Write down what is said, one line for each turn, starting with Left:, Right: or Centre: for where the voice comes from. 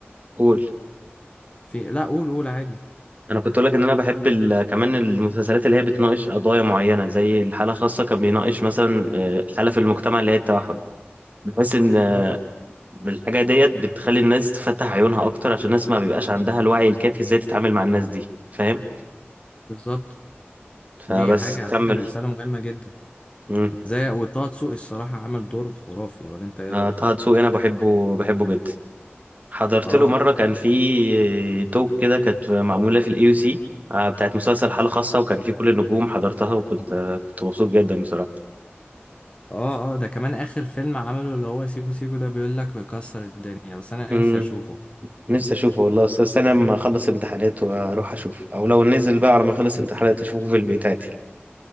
Right: قول
Left: في لا قول قول عادي
Right: انا كنت اقول لك ان انا بحب ال... كمان المسلسلات اللي هي بتناقش قضايا معينه زي الحاله خاصه كان بيناقش مثلا آه، حاله في المجتمع اللي هي التوحد بحس ان آه،
Left: اه
Right: الحاجه ديت بتخلي الناس تفتح عيونها اكتر عشان الناس ما بيبقاش عندها الوعي الكافي ازاي تتعامل مع الناس دي فاهم
Left: بالظبط
Right: فبس
Left: دي حاجة على
Right: كمل
Left: فكرة رسالة مهمة جدا
Right: امم
Left: زي وطه دسوقي الصراحة عمل دور خرافي ولا انت ايه
Right: آه،
Left: رأيك؟
Right: طه دسوقي انا بحبه بحبه جدا حضرت
Left: اه
Right: له مره كان في توك كده كانت معموله في الاي يو سي بتاعت مسلسل حاله خاصه وكان في كل النجوم حضرتها وكنت آه، كنت مبسوط جدا بصراحه
Left: اه اه ده كمان اخر فيلم عمله اللي هو سيكو سيكو ده بيقول لك بيكسر الدنيا بس انا
Right: امم
Left: نفسي اشوفه
Right: نفسي اشوفه والله بس استنى لما اخلص امتحانات واروح اشوفه او لو نزل بقى على ما اخلص امتحانات اشوفه في البيت عادي